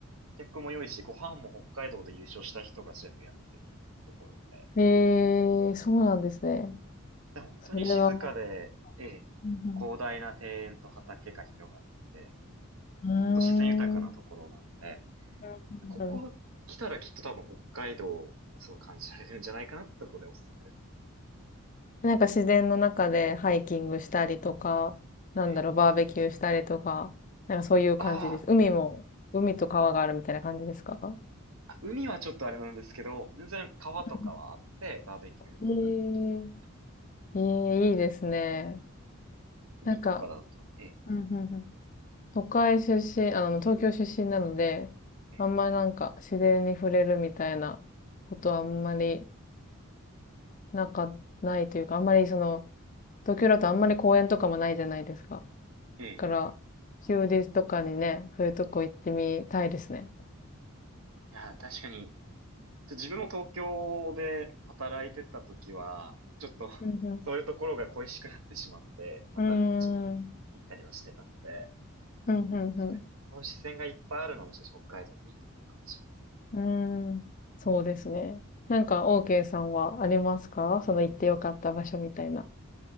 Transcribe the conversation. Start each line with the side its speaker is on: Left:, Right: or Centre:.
Right: 客も良いし、ご飯も北海道で優勝した人がシェフやってるところで、
Left: ん。へえ、そうなんですね。
Right: で本当に静かで、
Left: それはも
Right: ええ、
Left: う、うん
Right: 広大な庭園と畑が広がってて、
Left: うん、
Right: 本当自然豊かなところなので、
Left: うーん、うんうんうん。
Right: ここ来たらきっと多分北海道をすごい感じられるんじゃないかなってところでおすすめですね。
Left: なんか自然の中でハイキングしたりとか、なんだろう、
Right: ええ、
Left: バーベキューしたりとか、なんかそういう感じです。
Right: ああ、
Left: 海も、海と川があるみたいな感じですかう
Right: あ海はちょっとあれなんですけど、全然川とかはあって、
Left: ん
Right: バーベキューとかできます。
Left: うんうん。ええ、ええ、いいですね。
Right: 海とかだと、
Left: なんか、
Right: ええ、
Left: うんうんうん。都会出身、あの、東京出身なので、
Right: ええ、
Left: あんまりなんか自然に触れるみたいなことはあんまりなんか、ないというか、あんまりその、東京だとあんまり公園とかもないじゃないですか。
Right: ええ、
Left: だから、
Right: ええ
Left: 休日とかにね、そういうとこ行ってみたいですね。
Right: いや、確かに、ちょ自分も東京で働いてた時は、ちょっと <laughs>
Left: うん
Right: そういうところが恋しくなってしまって、またこっちに行ったりはしてたので、
Left: うん。うーん。うん、うん、
Right: 確かにそういう視線がいっぱいあるのはもしかして北海道のいいところかもしれ
Left: うん。うーん。そうですね。なんか、OK さんはありますかその行ってよかった場所みたいな。